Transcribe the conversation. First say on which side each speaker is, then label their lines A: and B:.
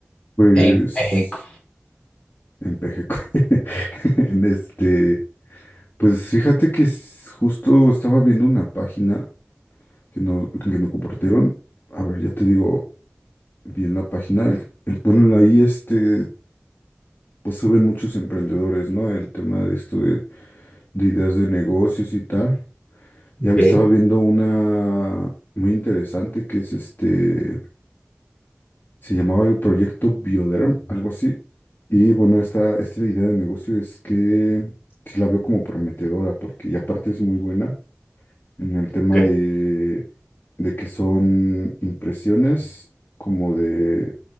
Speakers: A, on the left; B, on the left.
A: Pues
B: en México.
A: en Pejeco. <laughs> En este, pues fíjate que s- justo estaba viendo una página que no, que me compartieron. A ver, ya te digo bien la página. El, el bueno, ahí este, pues suben muchos emprendedores, ¿no? El tema de esto de, de ideas de negocios y tal. Ya
B: Ok,
A: hab- estaba viendo una muy interesante que es este. Se llamaba el proyecto Bioderm, algo así. Y bueno, esta, esta idea de negocio es que sí la veo como prometedora, porque y aparte es muy buena en el tema
B: ok.
A: de, de que son impresiones como de,